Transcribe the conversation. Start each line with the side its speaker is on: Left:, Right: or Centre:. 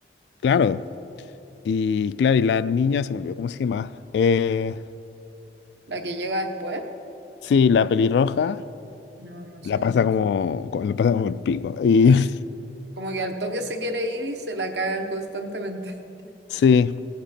Left: claro, y claro, y la niña se me olvidó, ¿cómo se llama? Eh,
Right: <laughs> la que llega después.
Left: sí, la pelirroja.
Right: No, no
Left: La
Right: sé.
Left: pasa como, como- la pasa como el pico. y... <laughs>
Right: Como que al toque se quiere ir y se la cagan constantemente. <laughs>
Left: Sí,